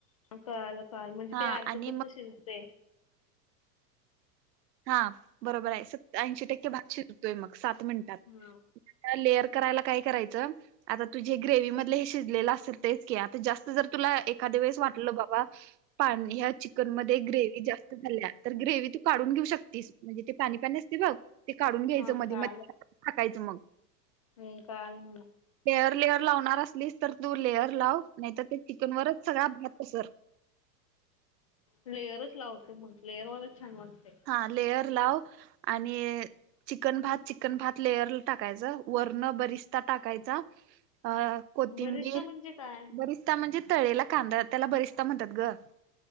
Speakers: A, on the left; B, on the right.
A: कळालं कळालं म्हणजे
B: हा
A: ते अर्धकच
B: आणि मग
A: शिरते.
B: हा बरोबर आहे स ऐंशी टक्के भात शिजतोय मग सात मिनिटात
A: हा
B: लेअर करायला काय करायचं आता तुझे ग्रेव्ही मधल हे शिजलेलं असेल तेच क आता जर तुला एखाद्या वेळेस वाटलं बाबा पान ह्या चिकन मध्ये ग्रेव्ही जास्त झाल्या तर ग्रेव्ही तू काढून घेऊ शक म्हणजे ते पाणी पाणी असते बघ ते काढून घ्यायच
A: हा
B: मध्ये
A: कळालं.
B: मध्ये टाकायचं मग
A: <unintelligible>
B: लेअर लेअर लावणार असलीस तर तू लेअर लाव नाही तर ते चिकनवरच सगळा भात अस
A: लेअरच लावते मग लेअरवालाच छान वाटते-
B: हा लेयर लाव आणि अ. चिकन भात चिकन भात लेयर ला टाकायचं वरण बरिस्ता टाकायचा अ कोथिंबीर
A: बरिस्ता म्हणजे काय?
B: बरीच. ते म्हणजे तळलेला कांदा त्याला बरीसदा म्हणतात ग.